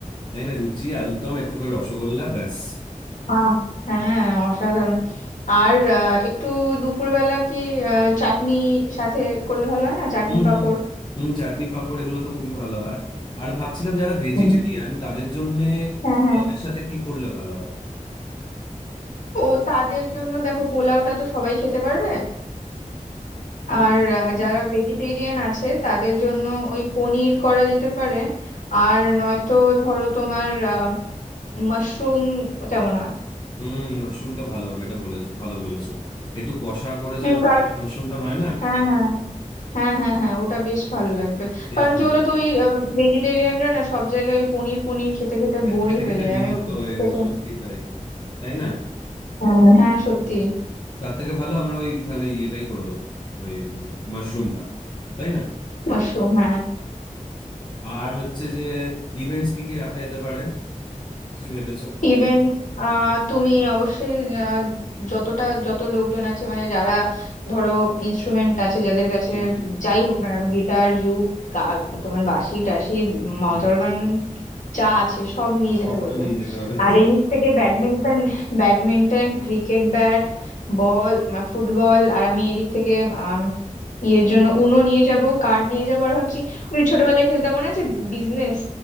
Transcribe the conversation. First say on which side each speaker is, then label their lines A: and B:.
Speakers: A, on the left (about 35°); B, on the left (about 65°).
A: তাই না লুচি আলুর দম একটু করে রসগোল্লা ব্যাস
B: আহ হ্যাঁ অসাধারণ আর আহ, একটু দুপুরবেলা কি আহ, চাটনি সাথে করলে ভালো হয় না চাটনি
A: হুম
B: পাঁপড়
A: হুম হুম চাটনি পাঁপড় এগুলো তো খুবই ভালো হয় আর ভাবছিলাম যারা ভেজিটেরিয়ান
B: হুম।
A: তাদের জন্য
B: হ্যাঁ
A: পোলাওয়ের
B: হ্যাঁ
A: সাথে কি করলে ভালো হয়
B: ও তাদের জন্য দেখো পোলাওটা তো সবাই খেতে পারবে
A: পোলাও
B: আর আহ,
A: হুম
B: যারা ভেজিটেরিয়ান আছে তাদের জন্য ওই পনির করা যেতে পারে আর নয়তো ধরো তোমার আহ, মাশরুম কেমন হয়
A: হুম মাশরুমটা ভালো হবে এটা বলে ভালো বলেছো একটু কষা করে
B: হুম
A: যেরকম
B: কারণ
A: একটা মাশরুমটা হয় না
B: হ্যাঁ হ্যাঁ হ্যাঁ হ্যাঁ হ্যাঁ ওটা বেশ ভালো লাগবে
A: বেশ
B: কারণ
A: ভালো
B: কি বলতো
A: লাগে।
B: ওই ভেজিটেরিয়ানরা না সব জায়গায় ওই পনির পনির খেতে খেতে
A: আর
B: বোরই
A: খেতে
B: হয়ে
A: খেতে
B: যায়
A: বিরক্ত
B: আমি
A: হয়ে
B: খেতে
A: গেছে সত্যি তাই তাই না
B: হ্যাঁ হ্যাঁ, সত্যি
A: তার থেকে ভালো আমরা ওই তাহলে ইয়েটাই করে দেবো ওই মাশরুমটা তাই না
B: মাশরুম হ্যাঁ
A: আর হচ্ছে যে ইভেন্টস কি কি রাখা যেতে পারে কিছু ভেবেছো
B: ইভেন তুমি অবশ্যই আহ, যতটা যত লোকজন আছে মানে যারা ধরো ইনস্ট্রুমেন্ট আছে যাদের কাছে
A: হুম, হুম,
B: যাই হোক না কেন গিটার ইউক গা- তোমার বাঁশি টাশি মাউথ
A: হুম।
B: অর্গান যা আছে সব নিয়ে
A: সব
B: যেতে বলবে
A: তো নিয়ে যেতে হবে
B: আর এই দিক থেকে badminton ব্যাডমিন্টন cricket bat ball football আর আমি এই দিক থেকে আম, ইয়ের জন্য উনো নিয়ে যাব কার্ড নিয়ে যাবো আর ভাবছি ওই ছোটবেলায় খেলতাম মনে আছে বিজনেস